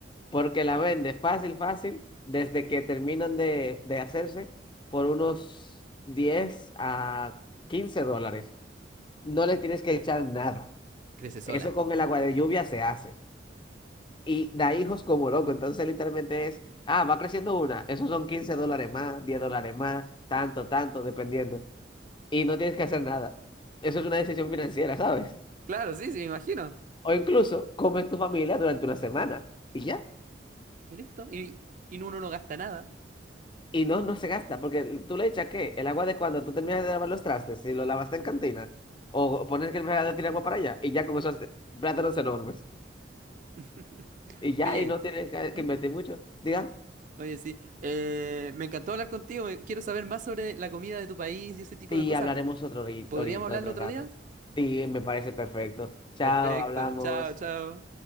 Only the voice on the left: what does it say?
porque la vende fácil, fácil, desde que terminan de, de hacerse por unos 10 a 15 dólares. No le tienes que echar nada.
Eso con el agua de lluvia se hace. Y da hijos como loco. Entonces literalmente es, ah, va creciendo una. Esos son 15 dólares más, 10 dólares más, tanto, tanto, dependiendo. Y no tienes que hacer nada. Eso es una decisión financiera, ¿sabes?
O incluso comes tu familia durante una semana y ya.
Y no, no se gasta, porque tú le echas qué? El agua de cuando tú terminas de lavar los trastes, si lo lavaste en cantina, o pones que el fregadero tiene agua para allá, y ya con esos plátanos enormes.
Y ya,
y no tienes que, que
invertir mucho. Diga,
Sí,
hablaremos otro ri-
ahorita,
otro
rato.
Sí, me parece perfecto. Chao,
hablamos.